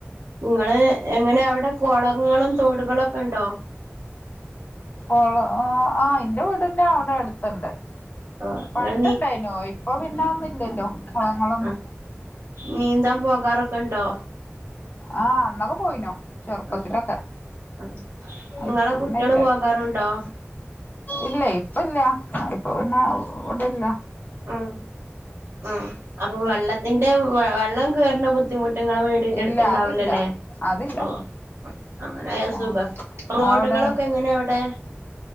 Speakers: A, on the right; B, on the left.
A: നിങ്ങള് എങ്ങനെ അവിടെ കൊളങ്ങളും തോടുകളൊക്കെ ഉണ്ടോ
B: ഓള് ആ ആ എന്റെ വീടിന്റെ അവിടെ എട് ത്ത്ണ്ട്
A: ആഹ് നിങ്ങൾ
B: പണ്ട് ഇണ്ടായിനു ഇപ്പൊ പിന്നെ ന്ന് ഇല്ലല്ലോ കുളങ്ങളൊന്നും
A: അ നീന്താൻ പോകാറൊക്കെ ഇണ്ടോ
B: ആ അന്നൊക്കെ പോയിനു ചെറുപ്പത്തിലൊക്കെ
A: ആഹ് ആഹ് നിങ്ങളെ
B: ഇപ്പ പിന്നെ
A: കുട്ടികള്
B: ഇല്ലല്ലോ
A: പോകാറുണ്ടോ
B: ഇല്ല ഇപ്പ ഇല്ല ഇപ്പൊ പിന്നെ തോട്ല്ല
A: ഉം ഉം അപ്പം വെള്ളത്തിന്റെ വെള്ളം കേറ്ണ ബു ദ്ധിമുട്ട് ഇങ്ങളെ വീടിൻ്റെ
B: ഇല്ല
A: അടുത്ത് ഉണ്ടാവൂല
B: അതില്ല
A: ലേ
B: അതില്ല
A: ഓ അങ്ങനായാ
B: ആ
A: സുഖാ റോഡുകളൊക്കെ
B: അവിടെ
A: എങ്ങനെ അവ്ടെ